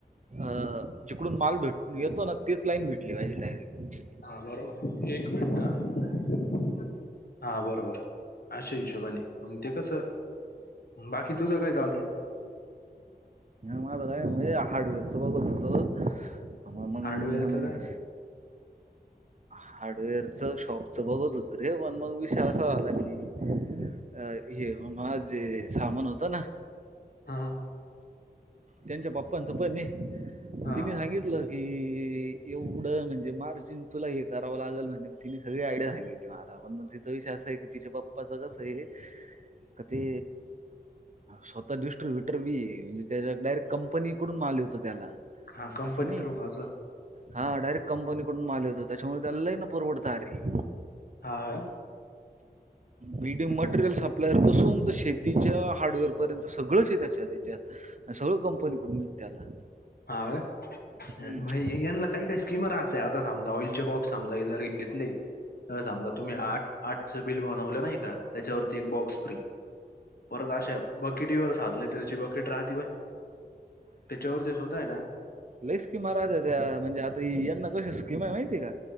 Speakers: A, on the right; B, on the left.
A: अ जिकडून माल भेट येतो ना तेच लाईन भेटली पाहिजे डायरेक्ट.
B: हा बरोबर एक मिनिट हां, हां बरोबर अशे हिशोबाने. मंग ते कसं बाकी तुझं काय चालूये?
A: माझ काय हे हार्डवेअर च बघत होतो. मंग
B: हार्डवेअरचं
A: नग
B: काय <inaudible>
A: हार्डवेअर च शॉपचं बघत होतं रे पण मग विषय असा झाला की अ हे जे सामान होतं ना
B: हां हां.
A: त्यांच्या पप्पांचं पण आहे
B: हा हा
A: तिने सांगितलं. कि एवढं म्हणजे मार्जिन तुला हे करावं लागल म्हणजे तिने सगळी आयडिया सांगितली. किंवा आता आपण म तिचा विषय असा आहे की तिच्या पप्पाच कसं आहे. क ते स्वतः दष्टर भीटर बी हे म्हणजे त्याच्याकड डायरेक्ट कंपनीकडून माल येतो त्याला
B: हा कंपनी
A: असं नाही
B: थ्रू हा जा.
A: हां डायरेक्ट कंपनीकडून माल येतो त्याच्यामुळे त्याला लई ना परवडत अरे
B: हां. <inaudible>
A: बीडी मटेरियल सप्लायर पासून तर शेतीच्या हार्डवेअर पर्यंत सगळंच है त्याच्यात याच्यात सगळं कंपनीकडून येतं त्याला.
B: हां
A: हम्म.
B: येनला काही काही स्कीमा राहतात. ते आता समजा ऑइलचे बॉक्स समजा जर घेतले तर समजा तुम्ही आठ आठच बिल बनवलं नाही का त्याच्यावरती एक बॉक्स फ्री परत अशा बकेटीवर सात लिटरची बकेट राहते बघ त्याच्यावरती सुद्धा आहे ना
A: लई स्कीमा राहतीत्या म्हणजे आता यांना कशी स्कीम आहे माहितीय का